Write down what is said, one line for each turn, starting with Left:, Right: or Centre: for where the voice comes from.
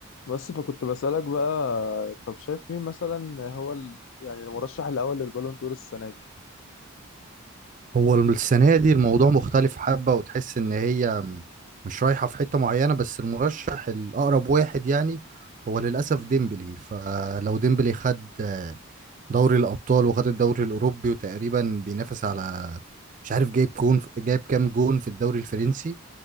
Left: بس فكنت بسألك بقى طب شايف مين مثلا هو ال... يعني المرشح الأول للبالون دور السنة دي
Right: هو السنة دي الموضوع مختلف حبة وتحس إن هي م- مش رايحة في حتة معينة بس المرشح الأقرب واحد يعني هو للأسف ديمبلي فلو ديمبلي خد آه، دوري الأبطال وخد الدوري الأوروبي وتقريبا بينافس على مش عارف جايب جون جايب كام جون في الدوري الفرنسي